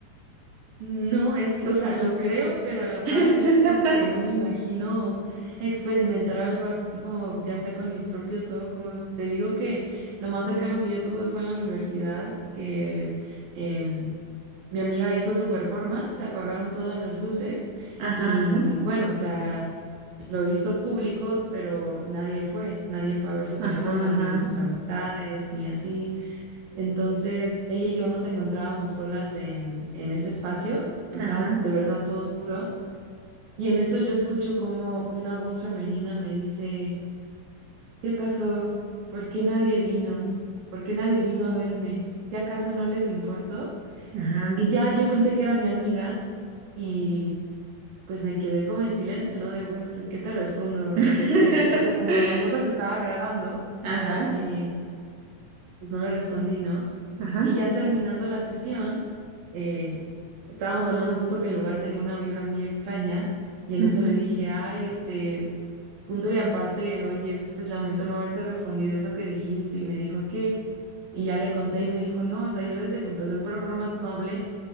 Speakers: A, on the right; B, on the right.
A: no, es que, o sea, lo creo, pero a la
B: <laughs>
A: par es como que no me imagino experimentar algo así como ya sea con mis propios ojos. Te digo que lo más cercano que yo tuve fue en la universidad, que em, Mi amiga hizo su performance, se apagaron todas las luces
B: Ajá,
A: y
B: ajá,
A: bueno, o sea, lo hizo público, pero nadie fue, nadie fue a ver su
B: ajá,
A: performance, ni de sus amistades, ni así. Entonces, ella y yo nos encontrábamos solas en, en ese espacio, que
B: ajá,
A: estaba de verdad todo oscuro, y en eso yo escucho como una voz femenina me dice, ¿qué pasó? ¿Por qué nadie vino? ¿Por qué nadie vino a verme? ¿Qué acaso no les importó?
B: ajá,
A: Y ya yo pensé que era mi amiga y pues me quedé como en silencio, ¿no? De, bueno, pues, ¿qué te respondo?
B: ajá.
A: Yo estoy aquí. O sea, como
B: <laughs>
A: la cosa se estaba grabando,
B: Ajá,
A: eh, pues no le respondí, ¿no?
B: ajá.
A: Y ya terminando la sesión, eh, estábamos hablando justo que el lugar tenía una vibra muy extraña y en
B: ujú.
A: eso le dije, ay, este, punto y aparte, oye, pues lamento no haberte respondido eso que dijiste y me dijo, ¿qué? Y ya le conté y me dijo, no, o sea, yo desde que empezó el performance no hablé.